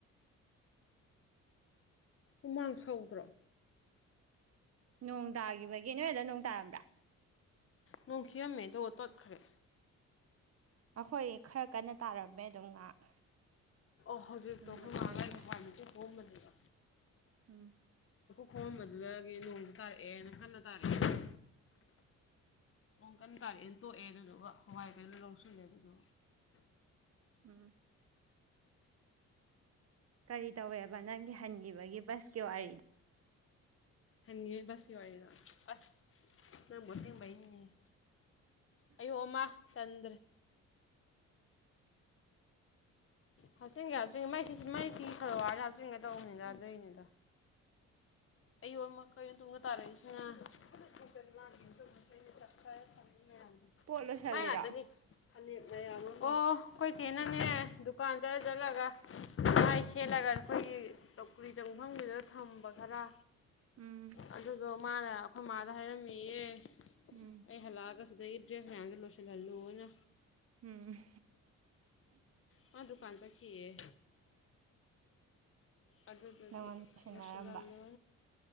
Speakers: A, on the left; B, on the right.
A: ꯎꯨꯃꯥꯡ ꯁꯧꯗ꯭ꯔꯣ
B: ꯅꯣꯡ ꯇꯥꯈꯤꯕꯒꯤ ꯑꯦꯅꯤꯋꯔꯗ ꯅꯣꯡ ꯇꯥꯔꯝꯕ꯭ꯔꯥ
A: ꯅꯣꯡꯈꯤꯑꯝꯃꯦ ꯑꯗꯨꯒ ꯇꯣꯠꯈ꯭ꯔꯦ
B: ꯑꯩꯈꯣꯏ ꯈꯔ ꯀꯟꯅ ꯇꯥꯔꯝꯃꯦ ꯑꯗꯨꯝ ꯉꯥꯏꯍꯥꯛ
A: ꯑꯣ ꯍꯧꯖꯤꯛꯇꯣ
B: ꯑꯗꯨꯒ
A: ꯍꯃꯥꯡꯉꯥꯏꯒꯤ
B: ꯂꯦꯞꯈ꯭ꯔꯦ
A: ꯐꯃꯤꯁ ꯍꯣꯡꯝꯕꯅꯦꯕ
B: ꯎꯝ
A: ꯈꯣꯝꯕꯗꯨꯗꯒꯤ ꯅꯣꯡꯁꯨ ꯇꯥꯔꯛꯑꯦꯅ ꯀꯟꯅ ꯇꯥꯔꯛꯑꯦ ꯀꯟ ꯇꯥꯔꯛꯑꯦꯅ ꯇꯣꯛꯑꯦ ꯑꯗꯨꯗꯨꯒ ꯍꯋꯥꯏ ꯀꯩꯅꯣ ꯂꯧꯁꯤꯜꯂꯦ ꯑꯗꯨꯗꯨ
B: ꯎꯝ ꯀꯔꯤ ꯇꯧꯋꯦꯕ ꯅꯪꯒꯤ ꯍꯟꯈꯤꯕꯒꯤ ꯕꯁꯀꯤ ꯋꯥꯔꯤ
A: ꯍꯥꯏꯅꯤ ꯋꯥꯔꯤꯗ ꯑꯁ ꯅꯪꯒꯣꯁꯦꯡꯕꯅꯤ ꯑꯩꯌꯨ ꯑꯃ ꯆꯟꯗ꯭ꯔꯦ ꯍꯥꯛꯆꯤꯟꯒ ꯍꯥꯞꯆꯤꯟꯦ ꯃꯩ ꯁꯤ ꯃꯩꯁꯤ ꯈꯂꯋꯥꯔꯁꯤ ꯍꯥꯞꯆꯤꯟꯒꯦ ꯇꯧꯕꯅꯤꯗ ꯑꯗꯨꯏꯅꯤꯗ <unintelligible> ꯑꯩꯌꯣꯟꯕ ꯀꯩ ꯇꯨꯡꯕ ꯇꯥꯔꯛꯏꯁꯤꯅ
B: ꯄꯣꯂꯣꯁꯂꯔꯥ
A: ꯃꯥꯏ ꯉꯥꯛꯇꯅꯤ ꯑꯣ ꯑꯩꯈꯣꯏ ꯆꯦꯅꯅꯦ ꯗꯨꯀꯥꯟ ꯆꯠꯂ ꯆꯠꯂꯒ ꯁꯦꯠꯂꯒ ꯑꯩꯈꯣꯏꯒꯤ ꯆꯧꯀꯔꯤꯗ ꯆꯪꯐꯝꯗꯨꯗ ꯊꯝꯕ ꯈꯔ
B: ꯎꯝ
A: ꯑꯗꯨꯗꯣ ꯃꯥꯅ ꯑꯩꯈꯣꯏ ꯃꯥꯗ ꯍꯥꯏꯔꯝꯃꯤꯌꯦ
B: ꯎꯝ
A: ꯑꯩ ꯍꯜꯂꯛꯑꯒ ꯁꯤ ꯑꯗꯒꯤ ꯗ꯭ꯔꯦꯁ ꯃꯌꯥꯝꯁꯣ ꯂꯣꯏꯁꯤꯜꯍꯜꯂꯨꯅ
B: ꯎꯝ
A: ꯀꯥ ꯗꯨꯀꯥꯟ ꯆꯠꯈꯤꯑꯦ ꯑꯗꯨꯗꯨꯗꯤ
B: ꯅꯪꯉꯣꯟꯗ ꯂꯣꯏꯁꯤꯟꯅꯔꯝꯕ
A: ꯂꯣꯏꯁꯂꯨ